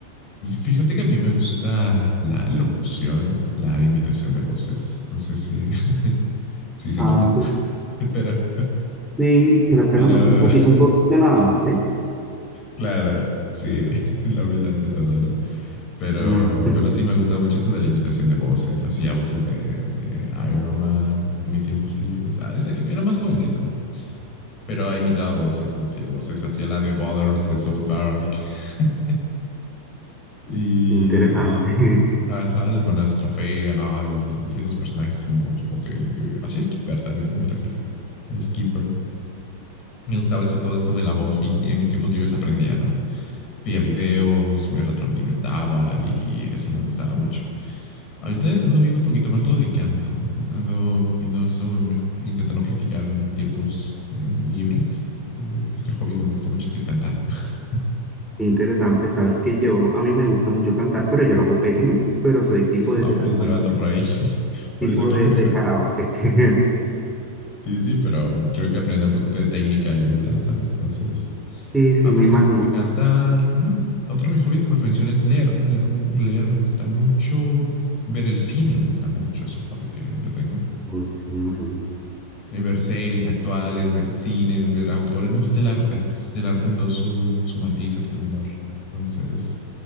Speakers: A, on the left; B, in the centre.
A: fíjate que a mí me gusta la locución, la imitación de voces. No sé si, <laughs> si se
B: Ah,
A: nota,
B: sí.
A: <laughs> pero,
B: Sí, creo que
A: pero
B: lo noto un poquito, un poquito nada más, ¿eh?
A: claro, sí, <laughs> la humildad de todo, ¿no? Pero,
B: Ah,
A: pero sí me gusta mucho eso de la imitación de voces. Hacía voces de, de Iron Man en mis tiempos libres. Ah, ese- era más jovencito, ¿no? Pero imitaba voces, ¿no? Hacía voces, hacía la de Butters de South Park. <laughs> Y,
B: interesante,
A: y,
B: <laughs>
A: ajá, la hermanastra fea y esos personajes con voz potente. Hacía Skipper también, mira, fíjate. A Skipper. Me gustaba eso, todo esto de la voz y en mis tiempos libres aprendía, ¿no? Veía videos, me retroalimentaba y eso me gustaba mucho. Ahorita ando viendo un poquito más lo de canto. Ando viendo eso, me- intentando practicar en tiempos eh, libres. eh, que este hobby que me gusta mucho, que es cantar. <laughs>
B: interesante. Sabes que yo, a mí me gusta mucho cantar, pero yo lo hago pésimo, pero soy tipo de
A: No,
B: ese
A: pues
B: cantante,
A: yo ando por ahí. <laughs> Por
B: tipo
A: eso quiero
B: de,
A: mejorar.
B: de karaoke. <laughs>
A: Sí, sí, pero creo que aprender un poquito de técnica ayuda, ¿sabes? Entonces,
B: Sí, sí,
A: aprendo
B: me imagino.
A: un poquito a cantar. Ujú. Otro de mis hobbies, como te mencioné, es leer. Leer, mu- leer me gusta mucho. Ver el cine me gusta mucho. Es un hobby que yo tengo.
B: Uy, sí, me imagino.
A: eh, ver series actuales, ver el cine, ver autores. Me gusta el arte, el arte en todo su, su matiz, esplendor. Entonces,